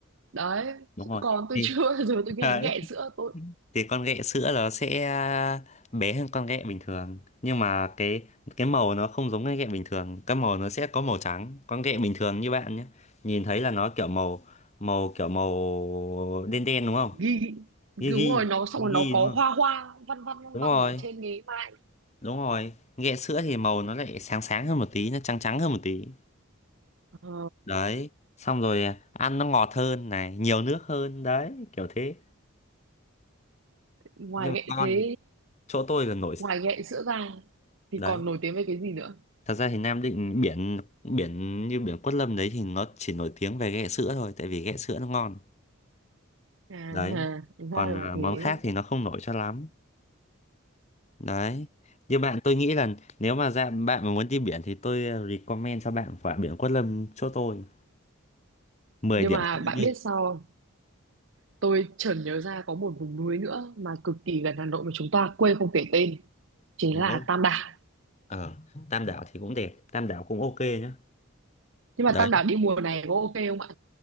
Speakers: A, on the right (about 65°); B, on the left (about 30°).
A: đấy
B: đúng rồi
A: còn tôi
B: thì
A: chưa bao giờ
B: <laughs>
A: tôi nghe
B: đấy
A: đến ghẹ sữa tôi
B: thì con ghẹ sữa nó sẽ à, bé hơn con ghẹ bình thường nhưng mà cái cái màu nó không giống cái ghẹ bình thường cái màu nó sẽ có màu trắng con ghẹ bình thường như bạn nhé nhìn thấy là nó kiểu màu màu kiểu màu đen đen đúng không
A: ghi đúng
B: ghi ghi
A: rồi nó xong
B: ghi
A: rồi
B: ghi
A: nó có
B: đúng không
A: hoa hoa văn văn văn
B: đúng
A: văn
B: rồi
A: ở trên cái mai
B: đúng rồi ghẹ sữa thì màu nó lại sáng sáng hơn một tí nó trắng trắng hơn một tí
A: ờ,
B: đấy xong rồi à, ăn nó ngọt hơn này nhiều nước hơn đấy kiểu thế
A: ngoài
B: nhưng
A: ghẹ
B: mà con
A: thế
B: chỗ tôi là nổi
A: ngoài ghẹ sữa ra thì
B: đấy
A: còn nổi tiếng với cái gì nữa
B: Thật ra thì Nam Định biển biển như biển Quất Lâm đấy thì nó chỉ nổi tiếng về ghẹ sữa thôi tại vì ghẹ sữa nó ngon
A: à,
B: đấy
A: ha, ra
B: còn
A: là
B: à,
A: thế
B: món khác thì nó không nổi cho lắm đấy như bạn tôi nghĩ là nếu mà ra bạn mà muốn đi biển thì tôi à, recommend cho bạn quả biển Quất Lâm chỗ tôi mười
A: nhưng
B: điểm
A: mà
B: không
A: bạn
B: có nhưng
A: biết sao không? Tôi chợt nhớ ra có một vùng núi nữa mà cực kỳ gần Hà Nội mà chúng ta quê không kể tên, chính
B: nó
A: là Tam Đảo.
B: ở Tam Đảo thì cũng đẹp Tam Đảo cũng ok nhá
A: Nhưng mà
B: đấy
A: Tam Đảo đi mùa này có ok không ạ?